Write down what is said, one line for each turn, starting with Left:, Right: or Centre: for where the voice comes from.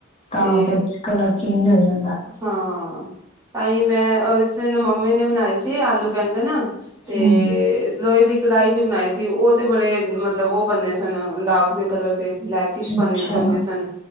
Left: ਤਾਂ
Right: ਤੇ
Left: ਫੇਰ ਕਲਰ ਚੇਂਜ ਹੋ ਜਾਂਦਾ।
Right: ਹਾਂ ਤਾਂਹੀ ਮੈਂ ਇਸ ਦਿਨ ਮੰਮੀ ਨੇ ਬਣਾਏ ਸੀ ਆਲੂ ਬੈਂਗਣ। ਤੇ
Left: ਹੂੰ।
Right: ਲੋਹੇ ਦੀ ਕੜਾਹੀ 'ਚ ਬਣਾਏ ਸੀ ਉਹ ਤੇ ਬੜੇ ਮਤਲਬ। ਮਤਲਬ ਉਹ ਬਣੇ ਸਨ ਦਾਗ਼ ਜੇ। ਕਲਰ ਦੇ ਬਲੈਕ ਕਿਸ
Left: ਅੱਛਾ
Right: ਪੰੰਨੇ 'ਚ ਬੰਨਣੇ ਸਨ